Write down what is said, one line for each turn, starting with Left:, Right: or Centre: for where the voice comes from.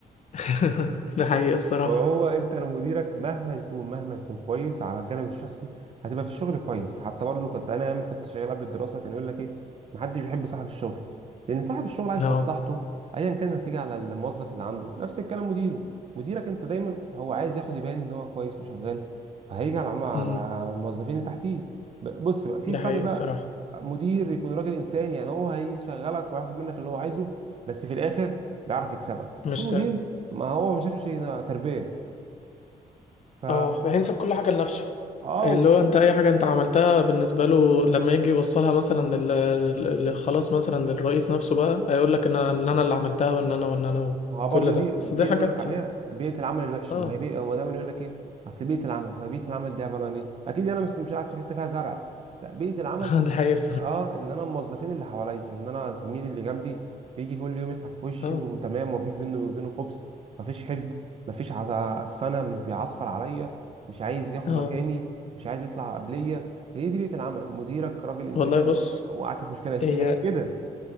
Left: <laughs> ده حقيقي الصراحة
Right: فهو انت لو مديرك مهما يكون مهما يكون كويس على الجانب الشخصي هتبقى في الشغل كويس حتى برضو كنت انا لما كنت شغال قبل الدراسه كان يقول لك ايه محدش بيحب صاحب الشغل لان صاحب الشغل عايز
Left: no.
Right: مصلحته ايا كان هتيجي على الموظف اللي عنده نفس الكلام مديره مديرك انت دايما هو عايز ياخد يبان ان هو كويس وشغال فهيجي على العم- على
Left: امم
Right: على الموظفين اللي تحتيه ب- بص بقى في
Left: ده
Right: فرق
Left: حقيقي
Right: بقى
Left: الصراحة
Right: مدير يكون راجل انسان يعني هو هيشغلك وهياخد منك اللي هو عايزه بس في الاخر بيعرف يكسبك
Left: مش
Right: وفي مدير ما هو ما شافش تربية ف
Left: اه هينسب كل حاجة لنفسه
Right: اه
Left: اللي
Right: وك-
Left: هو انت اي حاجة انت عملتها بالنسبة له لما يجي يوصلها مثلا لل... لل... خلاص مثلا للرئيس نفسه بقى هيقول لك ان انا إن أنا اللي عملتها وان انا وان انا
Right: ما هو
Left: وكل
Right: برضه
Left: ده
Right: دي دي
Left: بس
Right: اللي
Left: دي حاجات
Right: بقول لك عليها بيئة العمل الوحشة
Left: اه
Right: ما هي بيئة هو دايما يقول لك ايه اصل بيئة العمل هو بيئة العمل دي عبارة عن ايه اكيد انا مش مش قاعد في حتة فيها زرع لا بيئة العمل
Left: <laughs> دي حقيقة
Right: اه ان انا الموظفين اللي حواليا ان انا الزميل اللي جنبي بيجي كل يوم يضحك في وشي
Left: <laughs> اه
Right: وتمام ومفيش بينه وبينه خبص مفيش حقد مفيش عز- اسفنة مش بيعصفر عليا مش عايز ياخد
Left: اه
Right: مكاني مش عايز يطلع قبليا هي دي بيئة العمل مديرك راجل انسان
Left: والله بص
Right: وقعت في مشكلة يشيلك
Left: هي
Right: كده